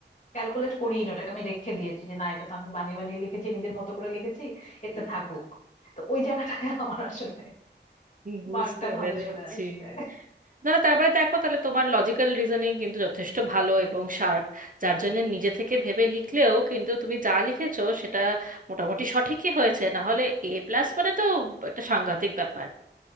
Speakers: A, on the left; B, on the right.
A: ক্যালকুলেট করিনি ওটাকে আমি রেখে দিয়েছি যে না এটা তো আমি বানিয়ে বানিয়ে লিখেছি নিজের মতো করে লিখেছি এটা থাকুক তো ওই জায়গাটায় আমার আসলে
B: বুঝতে
A: মার্কটা ভালো
B: পেরেছি
A: চলে আসছে
B: না না তারপরে দেখো তাহলে তোমার লজিক্যাল রিজনিং কিন্তু যথেষ্ট ভালো এবং শার্প যার জন্য নিজে থেকে ভেবে লিখলেও কিন্তু তুমি যা লিখেছো সেটা মোটামুটি সঠিকই হয়েছে না হলে এ প্লাস মানে তো একটা সাংঘাতিক ব্যাপার